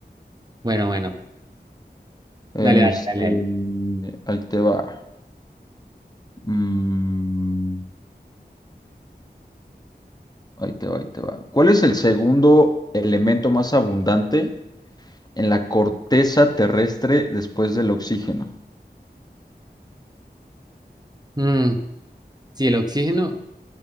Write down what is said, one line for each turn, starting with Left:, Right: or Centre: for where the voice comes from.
Right: Bueno, bueno.
Left: Este,
Right: Dale, dale, dale, dale.
Left: ahí te va. Mm, ahí te va, ahí te va. ¿Cuál es el segundo elemento más abundante en la corteza terrestre después del oxígeno?
Right: Mm, si el oxígeno,